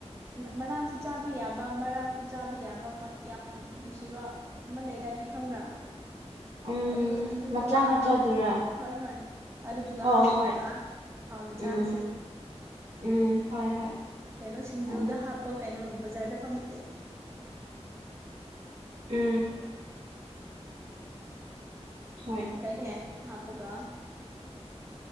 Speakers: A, on the right; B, on the right.
A: ꯃꯅꯥꯁꯨ ꯆꯥꯕ ꯌꯥꯕ ꯃꯔꯥꯁꯨ ꯆꯥꯕ ꯌꯥꯕ ꯌꯥꯝ ꯅꯨꯡꯁꯤꯕ ꯑꯃ ꯂꯩꯗꯥꯏꯅꯦ ꯈꯪꯕ꯭ꯔꯥ
B: ꯎꯝ
A: ꯑꯗꯨ ꯑꯗꯨꯗꯨꯒ
B: ꯃꯆꯥ ꯃꯆꯥꯗꯨꯔꯥ
A: ꯍꯣꯏ ꯍꯣꯏ ꯑꯗꯨꯗꯨꯒ
B: ꯑꯣ
A: ꯍꯥꯞꯄ
B: ꯑꯣ ꯍꯣꯏ
A: ꯍꯥꯎꯅ ꯆꯥ
B: ꯎꯝ
A: ꯁꯤꯦꯕ
B: ꯎꯝ ꯍꯣꯏ ꯍꯣꯏ
A: ꯀꯩꯅꯣ ꯁꯤꯡꯖꯨꯗ
B: ꯍꯣꯏ
A: ꯍꯥꯞ ꯀꯩꯅꯣ ꯕꯖꯥꯔꯗ ꯐꯝ
B: ꯎꯝ ꯍꯣꯏ
A: ꯀꯩꯅꯦ ꯍꯥꯞꯄꯒ